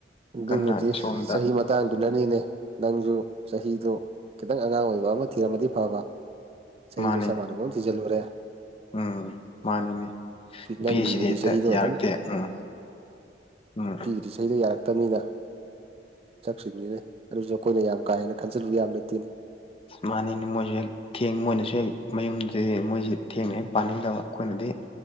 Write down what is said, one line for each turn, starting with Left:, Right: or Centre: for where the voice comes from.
Right: ꯑꯗꯨꯗꯨꯕꯨꯖꯤ
Left: ꯀꯟꯅ ꯁꯣꯝꯗ
Right: ꯁ ꯃ ꯃꯇꯥꯡꯗꯨꯅꯅꯤꯅꯦ ꯅꯪꯁꯨ ꯆꯍꯤꯗꯨ ꯈꯤꯇꯪ ꯑꯉꯥꯡ ꯑꯣꯏꯕ ꯑꯃ ꯊꯤꯔꯝꯃꯗꯤ ꯐꯕ ꯁꯍꯤ
Left: ꯃꯥꯅꯦ
Right: ꯇꯣ ꯁꯅ ꯀꯣꯁꯤ ꯖꯔꯨꯔꯦ
Left: ꯎꯝ ꯃꯥꯅꯤꯅꯦ ꯅꯨꯄꯤꯁꯤꯗꯤ
Right: ꯅꯪꯒꯤꯕꯨꯗꯤ
Left: ꯍꯦꯛꯇ
Right: ꯆꯍꯤꯗꯣ
Left: ꯌꯥꯔꯛꯇꯦ
Right: ꯑꯗꯨꯝ
Left: ꯎꯝ ꯎꯝ
Right: ꯏꯁꯩꯗ ꯌꯥꯔꯦ ꯐꯠꯇꯕꯅꯤꯅ ꯁꯛꯁꯤ ꯃꯤꯔ ꯑꯗꯨꯁꯨ ꯑꯩꯈꯣꯏꯅ ꯌꯥꯝ ꯀꯥ ꯍꯦꯟꯅ ꯈꯟꯖꯟꯕ ꯌꯥꯝ ꯅꯠꯇꯦꯅꯤ
Left: ꯃꯥꯅꯤꯅ ꯃꯣꯏꯦꯜ ꯊꯦꯡ ꯃꯣꯏꯅꯁꯨ ꯍꯦꯛ ꯃꯌꯨꯝꯁ ꯃꯣꯏꯁꯤꯦ ꯊꯦꯡꯅ ꯍꯦꯛ ꯄꯥꯅꯤꯡꯗꯕ ꯑꯩꯈꯣꯏꯅꯗꯤ